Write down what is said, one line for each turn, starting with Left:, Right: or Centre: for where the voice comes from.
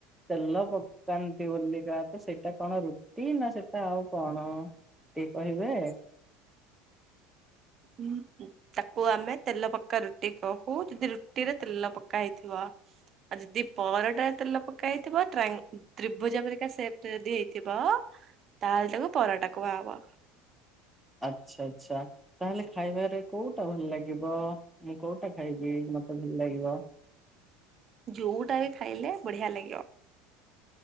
Centre: ତେଲ ପକାନ୍ତି ବୋଲିକା ତ ସେଇଟା କଣ ରୁଟି ନା ସେଟା ଆଉ କଣ। ଟିକେ କହିବେ।
Right: ମୁଁ କିଏ। ତାକୁ ଆମେ ତେଲ ପକ୍କା ରୁଟି କହୁ ଦି ରୁଟି ରେ ତେଲ ପକ୍କା ହେଇଥିବ। ଆଉ ଯଦି ପରଟାରେ ତେଲ ପକା ହେଇଥିବ ଟ୍ରାଙ୍ଗ ତ୍ରିଭୁଜ ପିରିକା ସେପ୍‌ ରେ ଯଦି ହେଇଥିବ ତାହେଲେ ତାକୁ ପରଟା କୁହାହେବ।
Centre: ଆଚ୍ଛା ଆଚ୍ଛା। ତାହେଲେ ଖାଇବାରେ କୋଉଟା ଭଲ ଲାଗିବ ମୁଁ କୋଉଟା ଖାଇବି ମତେ ଭଲ ଲାଗିବ।
Right: ଯୋଉଟା ବି ଖାଇଲେ ବଢିଆ ଲାଗିବ।